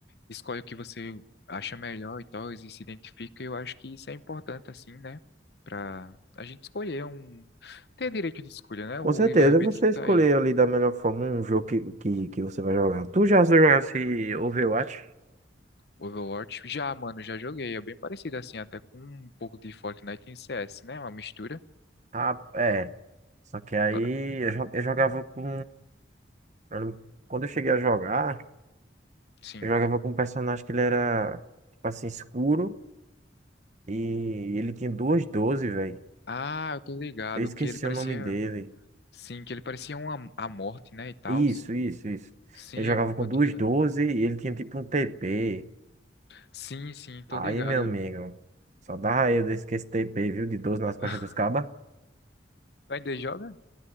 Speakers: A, on the left; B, on the right.
A: escolhe o que você acha melhor e tal, e se identifica. E eu acho que isso é importante, assim, né? Pra a gente escolher um. Ter direito de escolha, né?
B: Com
A: O
B: certeza,
A: livre-arbítrio
B: você escolher
A: tá aí.
B: ali da melhor forma um jogo que, que, que você vai jogar. Tu já jogasse Overwatch?
A: Overwatch. Já, mano, já joguei. É bem parecido, assim, até com um pouco de Fortnite em CS, né? Uma mistura.
B: Ah, é. Só que aí
A: Por ca-
B: eu, jo- eu jogava com. eu não- quando eu cheguei a jogar,
A: Sim.
B: eu jogava com um personagem que ele era, tipo assim, escuro e ele tinha duas 12 velho.
A: Ah, eu tô ligado.
B: Eu esqueci
A: Que ele parecia.
B: o nome dele.
A: Sim, que ele parecia uma, a morte, né? E tal.
B: Isso, isso, isso.
A: Sim,
B: eu jogava
A: eu
B: com
A: eu
B: duas
A: tô ligado.
B: 12 e ele tinha tipo um TP.
A: Sim, sim, tô
B: Aí,
A: ligado.
B: meu amigo, só dava eu desse que esse TP, viu? De 12 nas costas
A: <laughs>
B: dos cabas.
A: Tu ainda joga?